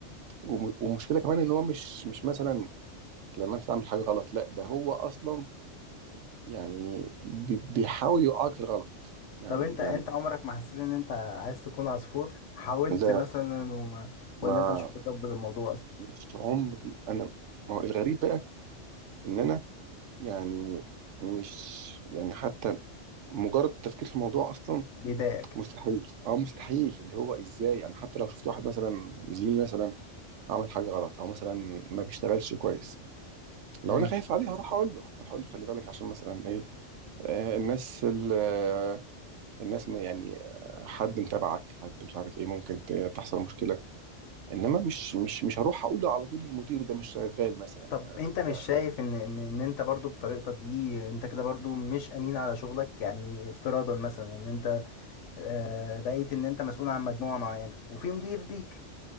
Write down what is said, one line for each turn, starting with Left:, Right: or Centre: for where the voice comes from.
Right: وم... ومشكله كمان ان هو مش مش مثلا لما انت تعمل حاجه غلط لا ده هو اصلا يعني بي... بيحاول يوقعك في الغلط يعني
Left: طب انت انت
Right: يعني
Left: عمرك ما حسيت ان انت عايز تكون عصفور حاولت
Right: لا
Left: مثلا وما ولا
Right: ما
Left: انت مش متقبل الموضوع اصلا
Right: مش عمري انا ما هو الغريب بقى ان انا يعني مش يعني حتى مجرد التفكير في الموضوع اصلا
Left: بيضايقك
Right: مستحيل اه مستحيل اللي هو ازاي انا حتى لو شفت واحد مثلا زميلي مثلا عمل حاجه غلط او مثلا ما بيشتغلش كويس لو
Left: امم.
Right: انا خايف عليه هروح اقول له هروح اقول له خلي بالك عشان مثلا ايه آه الناس ال- آه، الناس ما يعني آه، حد متابعك حد مش عارف ايه ممكن ت- تحصل مشكله انما مش مش مش هروح اقوله على طول للمدير ده مش شغال مثلا
Left: طب
Right: ده ده
Left: انت مش
Right: ده-
Left: شايف ان ان ان انت برضو بطريقتك دي انت كده برضو مش امين على شغلك يعني افتراضا مثلا ان انت آه، بقيت ان انت مسؤول عن مجموعة معينة وفي مدير ليك